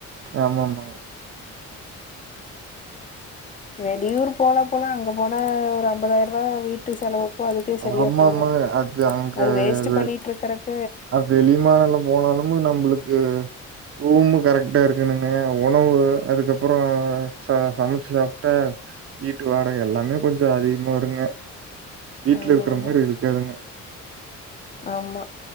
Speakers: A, on the right; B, on the left.
A: ஆமாமா
B: வெளியூர் போலா போலா அங்க போன ஒரு ஐம்பதாயிர ரூபா வீட்டு செலவுக்கு அதுக்கே சரியா
A: ஆமாமாங்க
B: போயிரு
A: அது அங்க
B: அது வேஸ்ட்
A: வெ
B: பண்ணிட்டு இருக்கறக்கு
A: வெளிமானிலம் போனாலு நம்ளு க்கு ரூமு கரெக்டா இருக்கணுங்க உணவு அதுக்கப்பறோ ச சமச்சு சாப்டா வீட்டு வாடக எல்லாமே கொஞ்சோ அதி வருங்க வீட்ல
B: ஆமா
A: இருக்குற
B: ஆமா
A: மாதிரி இருக்காதுங்க
B: ஆமா